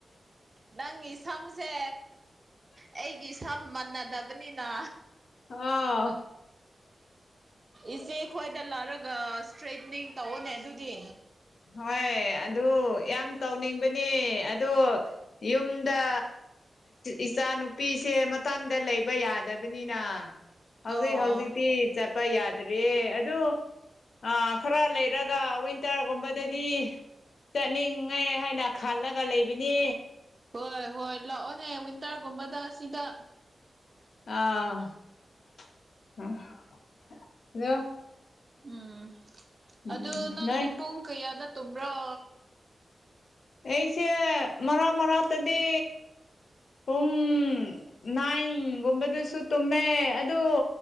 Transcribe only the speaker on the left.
ꯑꯣ
ꯍꯣꯏ ꯑꯗꯨ ꯌꯥꯝ ꯇꯧꯅꯤꯡꯕꯅꯤ ꯑꯗꯨ ꯌꯨꯝꯗ ꯏꯆꯥ ꯅꯨꯨꯄꯤꯁꯦ ꯃꯊꯥꯟꯗ ꯂꯩꯕ ꯌꯥꯗꯕꯅꯤꯅ ꯍꯧꯖꯤꯛ
ꯍꯧꯖꯤꯛꯇꯤ ꯆꯠꯄ ꯌꯥꯗ꯭ꯔꯦ ꯑꯗꯨ ꯑ ꯈꯔ ꯂꯩ ꯔꯒ ꯋꯤꯟꯇꯔ ꯀꯨꯝꯕꯗꯗꯤ ꯆꯠꯅꯤꯡꯉꯦ ꯍꯥꯏꯅ ꯈꯜꯂꯒ ꯂꯩꯕꯅꯤ
<unintelligible>
ꯎꯝ
ꯅꯣꯏ
ꯑꯩꯁꯦ ꯃꯔꯛ ꯃꯔꯥꯛꯇꯗꯤ ꯄꯨꯡ ꯅꯥꯏꯟꯒꯨꯝꯕꯗꯁꯨ ꯇꯨꯝꯃꯦ ꯑꯗꯨ